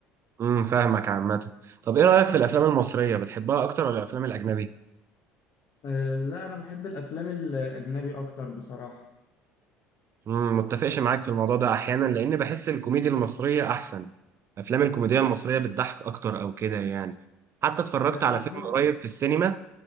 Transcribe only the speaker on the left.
أه لا أنا بحب الأفلام الأجنبي أكتر بصراحة
أه
أنا
حاسس